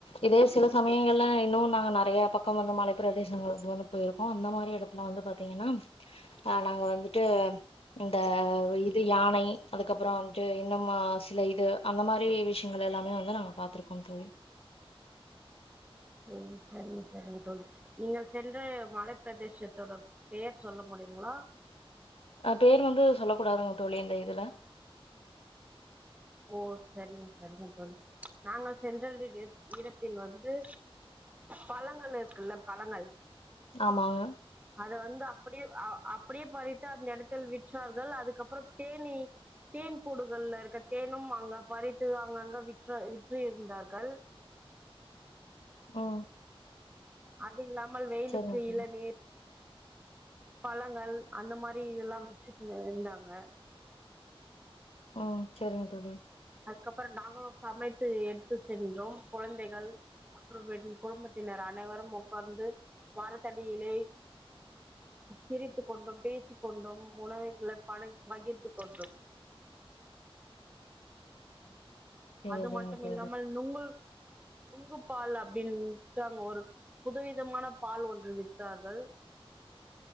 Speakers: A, on the left (about 75°); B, on the right (about 15°).
A: இதே சில சமயங்கள்ல இன்னு நாங்க நெறைய பக்கோ அக்க வந்து மலை பிரதேசங்கள் வந்து போயிருக்கோ அந்த மாரி எடத்துல வந்து பாத்தீங்கன்னா அ நாங்க வந்துட்டு இந்த இது யானை அதுக்கப்புறோ வந்துட்டு இன்னு சில இது அந்த மாரி விஷயங்கள் எல்லாமே வந்து நாங்க பாத்திருக்கோம் தோழி
B: ம் சரிங்க சரிங்க தோழி நீங்க சென்ற மலை பிரதேசத்தோட பெர் சொல்ல முடியுங்களா.
A: அ பேர் வந்து சொல்ல கூடாதுங்க தோழி இந்த இதுல.
B: ஓ சரிங்க சரிங்கு தோழி நாங்க சென்றது இடத்தில் வந்து பழங்கள் இருக்குல்ல பழங்கள்
A: ஆமாங்க
B: அதை வந்து அப்படியே அப்படியே பறித்து அந்த இடத்தில் விற்றார்கள் அதுக்கப்புறம் தேனீ தேன் கூடுகள்ல இருக்கர. தேனும் அங்க பறித்து அங்கங்க விற்ற விற்று இருந்தார்கள்.
A: ம்
B: அந் இல்லாமல் வெயிலுக்கு
A: சரிங்க தோழி
B: இளநீர் பழங்கள் அந்த மாரி இதெல்லா வச்சு இருந்தாங்க
A: ம் சரிங்க தோழி
B: அதுக்கப்புரோ நாங்களு சமைத்து எடுத்து சென்றோம் குழந்தைகள் அப்புறம் என் குடும்பத்தினர் அனைவரும் உ்க்கார்ந்து மரத்தடியிலே சிரித்து கொண்டோம் பேசிக்க கொண்டோம் உணவுகளை பகிர்ந்து கொண்டோம் <inaudible>
A: சேரிங்க
B: அது மட்டும்
A: தோழி
B: இல்லாமல் நுங்கல் நுங்கு பால் அப்படின்ட்டு அங்க ஒரு புதவிதமான பால் ஒன்று வித்தார்கள்